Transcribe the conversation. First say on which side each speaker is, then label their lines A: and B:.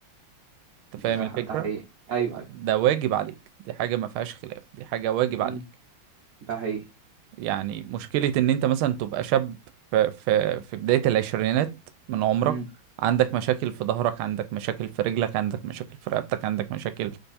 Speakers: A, on the right; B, on the right.
A: انت
B: ده
A: فاهم الفكرة
B: ح- ده حقيقي ايوه ايوه
A: ده واجب عليك دي حاجة ما فيهاش خلاف دي حاجة واجب
B: مم.
A: عليك
B: ده حقيقي
A: يعني مشكلة ان انت مثلا تبقى شاب في في في بداية العشرينات من عمرك
B: مم.
A: عندك مشاكل في ظهرك عندك مشاكل في رجلك عندك مشاكل في رقبتك عندك مشاكل